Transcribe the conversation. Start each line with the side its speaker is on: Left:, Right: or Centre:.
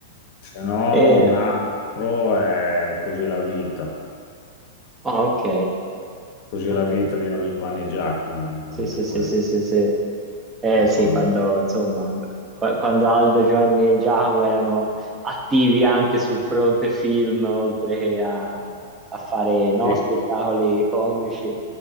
Left: Se no,
Right: E-
Left: un altro è così la vita.
Right: ah, ok,
Left: Così
Right: ok.
Left: la vita di Aldo Giovanni e Giacomo,
Right: Sì,
Left: anche
Right: sì, sì,
Left: quello,
Right: sì, sì, sì. Eh
Left: lo
Right: sì,
Left: so,
Right: quando
Left: il mo-
Right: insomma, qua- quando Aldo, Giovanni e Giacomo erano attivi anche sul fronte film, oltre che a, a fare no,
Left: Sì,
Right: spettacoli comici,